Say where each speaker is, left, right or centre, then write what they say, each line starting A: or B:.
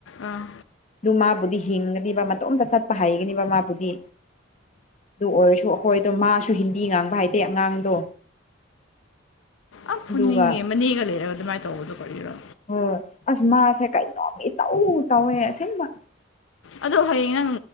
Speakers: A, on the left; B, on the left.
A: ꯑꯥ
B: ꯑꯗꯨ ꯃꯥꯕꯨꯗꯤ ꯍꯤꯡꯒꯅꯤꯕ ꯃꯇꯣꯝꯇ ꯆꯠꯄ ꯍꯩꯒꯅꯤꯕ ꯃꯥꯕꯨꯗꯤ ꯑꯗꯨ ꯑꯣꯏꯔꯁꯨ ꯑꯩꯈꯣꯏꯗꯣ ꯃꯥꯁꯨ ꯍꯤꯟꯗꯤ ꯉꯥꯡꯕ ꯍꯥꯏꯇꯦ ꯑꯉꯥꯡꯗꯣ
A: ꯑ
B: ꯑꯗꯨꯒ
A: ꯐꯨꯅꯤꯡꯉꯦ ꯃꯅꯦꯒ ꯂꯩꯔꯒ ꯑꯗꯨꯃꯥꯏꯅ ꯇꯧꯕꯗꯣ ꯀꯔꯤꯔꯣ
B: ꯍꯣꯏ ꯑꯁ ꯃꯥꯁꯦ ꯀꯩꯅꯣ ꯃꯤ ꯇꯧꯎ ꯇꯧꯋꯦ ꯑꯁꯦꯡ ꯃꯥ
A: ꯑꯗꯣ ꯍꯌꯦꯡ ꯅꯪ